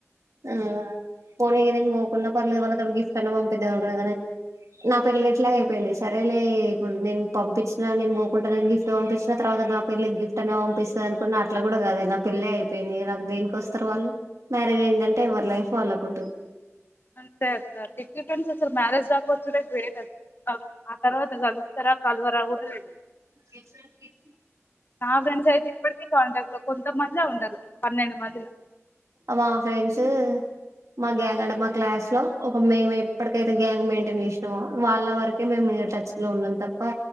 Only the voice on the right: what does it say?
ఆ పోనీ ఇగా నేను పోకుండా పర్లేదు వాళ్ళతోని గిఫ్ట్ అన్నా పంపిద్దాం అనుకున్నా కానీ నా పెళ్లి ఎట్లాగు అయిపోయింది. సరేలే ఇప్పుడు నేను పంపించినా నేను పోకుంటనే గిఫ్ట్ పంపించిన తర్వా నా పెళ్లికి గిఫ్ట్ అన్నా పంపిస్తదనుకున్నా అట్లా కూడా కాదే నా పెళ్ళె అయిపోయింది నాకు దేనికి వస్తరు వాళ్లు. మ్యారేజ్ అయిందంటే ఎవరి లైఫ్ వాళ్లకుంటుంది.
కేసర్ కిట్స్
మా ఫ్రెండ్స్ మా గ్యాంగ్ అంటే మా క్లాస్లో ఒక మేము ఎప్పటికైతే గ్యాంగ్ మెయింటెన్ చేసినమో వాళ్ళ వరకే మేము ఇగా టచ్ లో ఉన్నాం తప్పా